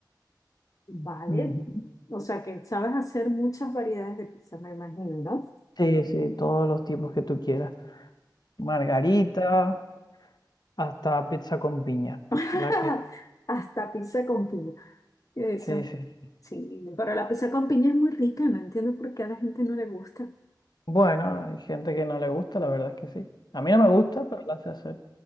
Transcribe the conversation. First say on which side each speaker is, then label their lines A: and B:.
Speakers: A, on the left; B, on the left.
A: Vale.
B: Ujú.
A: O sea, que sabes hacer muchas variedades de pizza, me imagino, ¿no?
B: Sí, sí, todos los tipos que tú quieras. Margarita, hasta pizza con piña.
A: <laughs>
B: La que,
A: Hasta pizza con piña. Eso,
B: sí, sí,
A: sí, pero la pizza con piña es muy rica, no entiendo por qué a la gente no le gusta.
B: Bueno, hay gente que no le gusta, la verdad es que sí. A mí no me gusta, pero la sé hacer.